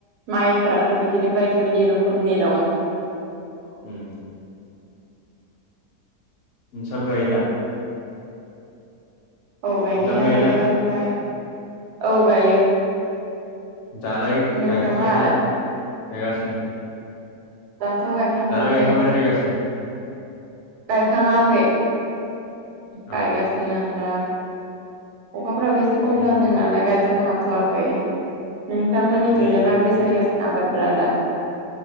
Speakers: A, on the right; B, on the left.
A: माइफोराथ' बिदि बिदिनो बायदि बायदि रुखुमनि दं।
B: उम। मसाबो गायोदा?
A: औ गायनाया
B: नोंसाबो गायोना
A: गायो ओमफाय, औ गायो।।
B: दालाय
A: नोंथांलाहालाय
B: गायखांबायना गायगासिनो?
A: दाथ' गायखांथ'वाखै
B: दालाय गायखांबायना गायगासिनो?
A: गायखाङाखै गायगासिनो
B: औ
A: दा अखाफ्राबो एसे खम
B: उम
A: जादों नालाय गायथ'नो हाथ'वाखै नोंथांमोननिथिंजाय
B: दै
A: माबोरै सोलिगासिनो आबादफोरा दा